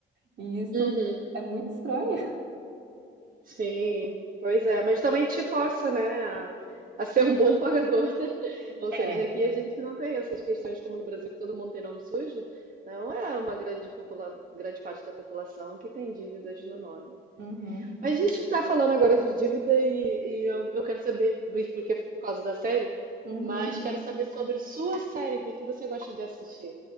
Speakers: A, on the right (about 60°); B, on the right (about 45°).
A: E isso
B: Uhum.
A: é muito estranho.
B: Sim. Pois é, mas também te força, né, a, a ser um bom pagador. <laughs> Ou
A: É.
B: seja, aqui a gente não tem essas questões como no Brasil, que todo mundo tem nome sujo. Não é uma grande, popula grande parte da população que tem dívidas no nome.
A: Uhum,
B: Mas a gente tá falando agora de dívida e, e eu, eu quero saber, porque é por causa da série,
A: uhum.
B: mas quero saber sobre sua série, o que que você gosta de assistir?